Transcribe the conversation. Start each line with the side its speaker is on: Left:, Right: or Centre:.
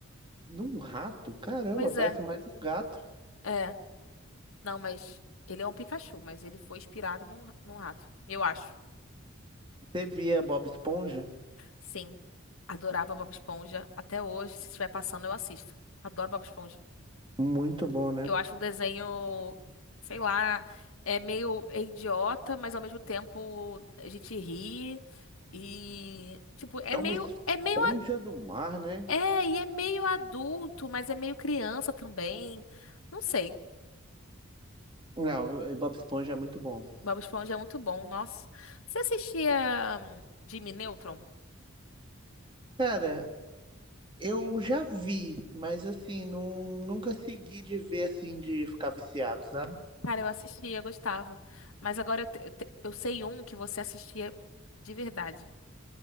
Right: Num rato? Caramba,
Left: Pois
Right: parece
Left: é,
Right: mais um gato.
Left: é. Não, mas ele é um Pikachu, mas ele foi inspirado num, num rato. Eu acho.
Right: Você via Bob Esponja?
Left: Sim, adorava Bob Esponja. Até hoje, se estiver passando, eu assisto. Adoro Bob Esponja.
Right: Muito bom, né?
Left: Eu acho um desenho, sei lá, é meio é idiota, mas ao mesmo tempo a gente ri e tipo, é
Right: É
Left: meio
Right: uma esponja
Left: é meio a-
Right: do mar, né?
Left: é, e é meio adulto, mas é meio criança também. Não sei.
Right: Não, eu- Bob Esponja é muito bom.
Left: Bob Esponja é muito bom, nossa. Você assistia hum, Jimmy Neutron?
Right: Cara, eu já vi, mas assim, não, nunca segui de ver assim, de ficar viciado, sabe?
Left: Cara, eu assistia, eu gostava. Mas agora eu, te- eu te- eu sei um que você assistia de verdade.